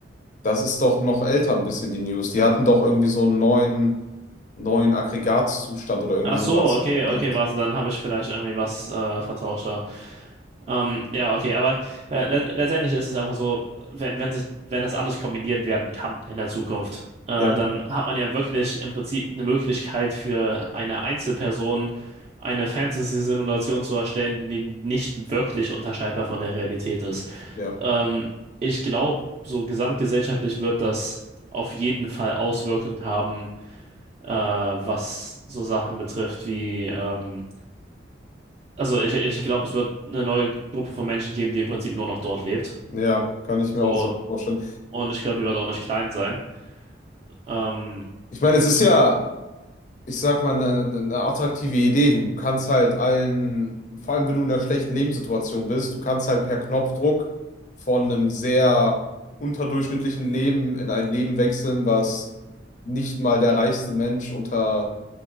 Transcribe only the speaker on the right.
Ach
so, okay,
okay, warte, dann habe ich vielleicht irgendwie was äh, vertauscht da. Ähm, ja, okay, aber äh, le letztendlich ist es einfach so, wenn, wenn sich, wenn das alles kombiniert werden kann in der Zukunft, äh,
dann hat man ja wirklich im Prinzip eine Möglichkeit für eine Einzelperson eine Fantasy-Simulation zu erstellen, die nicht wirklich unterscheidbar von der Realität ist.
Ähm, ich glaube, so gesamtgesellschaftlich wird das auf jeden Fall Auswirkungen haben, äh, was so Sachen betrifft wie ähm, also ich, ich glaube, es wird eine neue Gruppe von Menschen geben, die im Prinzip nur noch dort lebt.
So,
und ich glaube, die wird auch nicht klein sein. Ähm,